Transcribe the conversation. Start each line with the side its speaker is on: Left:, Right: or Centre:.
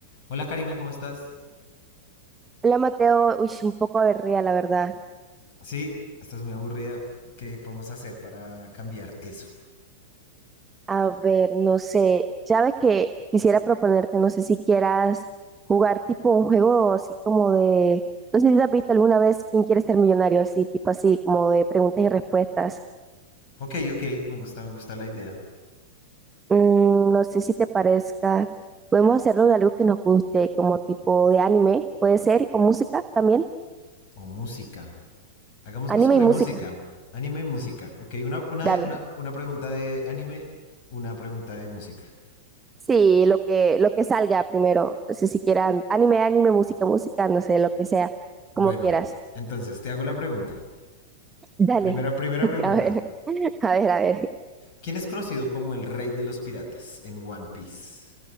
Left: Hola Karina, ¿cómo estás?
Right: Hola Mateo, uy, un poco aburrida la verdad.
Left: Sí, estás muy aburrida. ¿Qué podemos hacer para cambiar eso?
Right: A ver, no sé, ya ves que quisiera proponerte, no sé si quieras jugar tipo un juego así como de, no sé si has visto alguna vez quién quiere ser millonario, así tipo así como de preguntas y respuestas.
Left: Ok, ok, me gusta, me gusta la idea.
Right: Mm, no sé si te parezca, podemos hacerlo de algo que nos guste, como tipo de anime, puede ser, o música también,
Left: O música. Hagámoslo
Right: anime
Left: sobre
Right: y música,
Left: música. Anime y música. Ok, una, una,
Right: dale.
Left: de- una, una pregunta de anime, una pregunta de música.
Right: Sí, lo que, lo que salga primero, no si quieran anime, anime, música, música, no sé, lo que sea,
Left: Bueno,
Right: como quieras.
Left: entonces te hago la pregunta.
Right: Dale.
Left: Primera, primera
Right: <laughs>
Left: pregunta.
Right: A ver, a ver, a ver.
Left: ¿Quién es conocido como el rey de los piratas en One Piece?